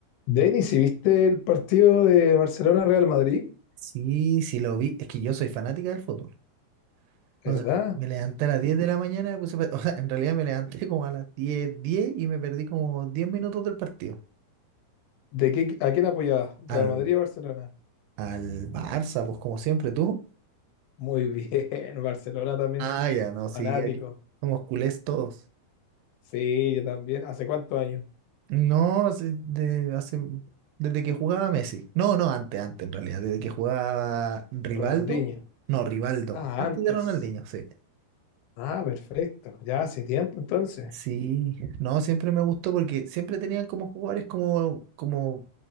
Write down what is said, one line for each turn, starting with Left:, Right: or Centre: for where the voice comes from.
Left: Denis, ¿y viste el partido de Barcelona-Real Madrid?
Right: Sí, sí lo vi. Es que yo soy fanática del fútbol. Entonces,
Left: ¿Verdad?
Right: me levanté a las 10 de la mañana, me puse pa- <laughs> o sea, en realidad me levanté como a las diez, diez y me perdí como 10 minutos del partido.
Left: ¿De qué, a quién apoyabas? ¿Real
Right: Al,
Left: Madrid o Barcelona?
Right: al Barça, pues como siempre, tú.
Left: Muy bien, <laughs> Barcelona también.
Right: Ah, ya, no, sí,
Left: Fanático.
Right: aquí somos culés todos.
Left: Sí, yo también. ¿Hace cuántos años?
Right: No, hace- de, hace, desde que jugaba Messi. No, no, antes, antes en realidad, desde que jugaba Rivaldo.
Left: Ronaldinho.
Right: No, Rivaldo,
Left: Ah,
Right: antes
Left: antes.
Right: de Ronaldinho, sí.
Left: Ah, perfecto. Ya hace tiempo entonces.
Right: Sí, no, siempre me gustó porque siempre tenían como jugadores como, como